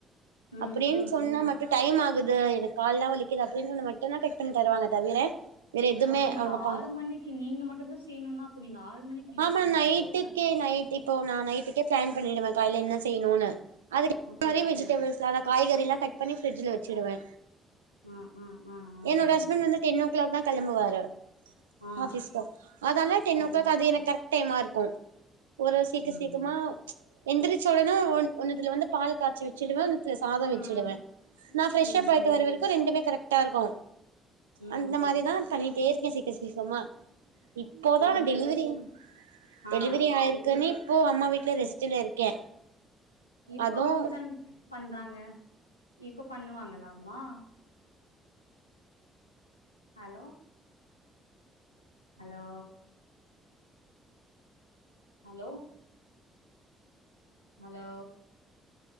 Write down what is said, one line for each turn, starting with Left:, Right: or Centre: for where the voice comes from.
Left: ம்
Right: அப்டின்னு
Left: ம்
Right: சொன்னா
Left: ம்
Right: மட்டுந் டைம் ஆகுது எனக்கு கால்லா வலிக்குது அப்டின்னு சொன்ன மட்டுந்தா கட் பண்ணி தருவாங்க தவிர வேற எதுமே
Left: அப்ப நீங்க
Right: அவங்க பா
Left: ஆறு மணிக்கி நீங்க மட்டுந்தா செய்யணுன்னா அப்ப நீங்க ஆறு மணிக்கு எஞ்சிக்கனு
Right: ஆமா நைட்டுக்கே
Left: போல
Right: நை இப்போ நா நைட்டுக்கே பிளான் பண்ணிடுவே கால்ல என்ன செய்யணுன்னு அது
Left: ஓகே
Right: மாதிரி
Left: ஓகே.
Right: வெஜிடபிள்ஸ் சாதம் காய்கறில்லா கட் பண்ணி ஃப்ட்ஜில வச்சிடுவே
Left: ம் ம் ம் ம்
Right: என்னோட
Left: ம்
Right: ஹஸ்பண்ட்
Left: ம்
Right: வந்து டென் ஓ கிளாக் தா கெளம்புவாரு
Left: அ. அ
Right: ஆபிஸ்கா அதானே டென்
Left: ம்
Right: ஓ கிளாக் அது எனக் கரெக்ட் டைம்மா இருக்கு ஒரு சீக்க
Left: ம்.
Right: சீக்கிமா எந்திரிச்சோடனா ஒன்னத்துல வந்து பால் காய்ச்சு வச்சுடுவே சாத வச்சுடுவே
Left: ம்
Right: நா ஃப்ரெஷ்ஷப்
Left: ம்
Right: ஆயிட்டு வர வரைக்கு ரெண்டுமே கரெக்ட்டா இருக்கு
Left: ம்
Right: அந்த
Left: ம்
Right: மாரிதா பண்ணிட்டே இருக்கே சீக்கர சீக்கரமா இப்போதா
Left: என்னோட
Right: டெலிவரி
Left: வீட்டுக்கு
Right: டெலிவரி
Left: ஆ
Right: ஆயிருக்குன்னு
Left: எல்
Right: இப்போ அம்மா வீட்ல ரெஸ்ட்டில இருக்கே
Left: இப்ப
Right: அதுவு
Left: அவுங்கதானே பண்றாங்க இப்ப பண்ணுவாங்கல்லமா hello hello hello hello